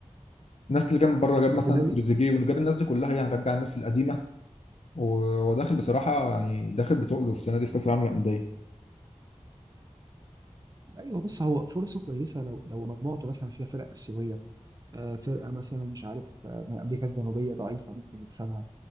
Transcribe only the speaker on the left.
الناس اللي جاب من بره جاب
مثلا تريزيجيه وجاب الناس دي كلها يعني رجع الناس القديمه وهو داخل بصراحه يعني داخل بتقله السنه دي في كاس العالم للانديه